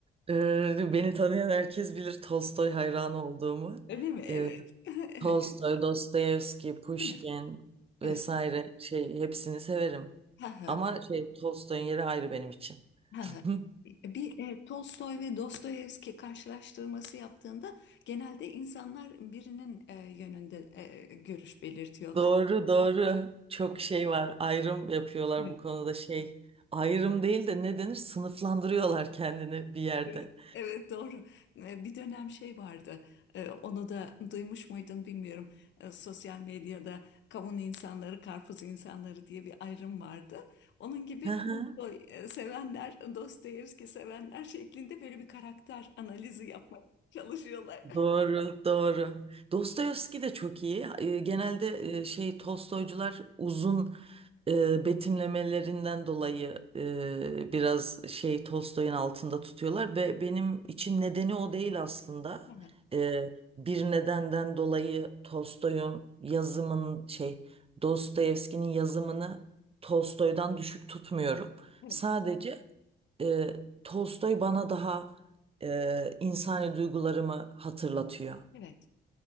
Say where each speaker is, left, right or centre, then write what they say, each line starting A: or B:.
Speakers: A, on the right (about 30°); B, on the left (about 65°).
A: E, beni tanıyan herkes bilir Tolstoy hayranı olduğumu.
B: Öyle mi? Evet.
A: E,
B: <laughs> Evet.
A: Tolstoy, Dostoyevski, Pushkin
B: Değil mi? Evet.
A: vesaire şey hepsini severim.
B: Ha ha.
A: Ama şey Tolstoy'un yeri ayrı benim için. <laughs>
B: Ha ha. Bir e, Tolstoy ve Dostoyevski karşılaştırması yaptığında genelde insanlar birinin e, yönünde e, görüş belirtiyorlar.
A: Doğru doğru. Çok şey var. Ayrım yapıyorlar
B: <laughs>
A: bu konuda şey. Ayrım değil de ne denir? Sınıflandırıyorlar kendini bir yerde.
B: Evet evet, doğru. E, Bir dönem şey vardı. e, Onu da duymuş muydun bilmiyorum. E, Sosyal medyada kavun insanları, karpuz insanları diye bir ayrım vardı. Onun gibi
A: Hı hı.
B: Tolstoy e, sevenler, Dostoyevski sevenler şeklinde böyle bir karakter analizi yapmaya çalışıyorlar.
A: Doğru, doğru. Dostoyevski de çok iyi. E, Genelde
B: Evet,
A: e, şey Tolstoycular uzun e, betimlemelerinden dolayı e, biraz şey Tolstoy'un altında tutuyorlar ve benim için nedeni o değil aslında.
B: aha,
A: E, bir nedenden dolayı Tolstoy'un yazımın şey Dostoyevski'nin yazımını Tolstoy'dan düşük tutmuyorum.
B: evet,
A: Sadece e, Tolstoy bana daha e, insani duygularımı hatırlatıyor.
B: evet.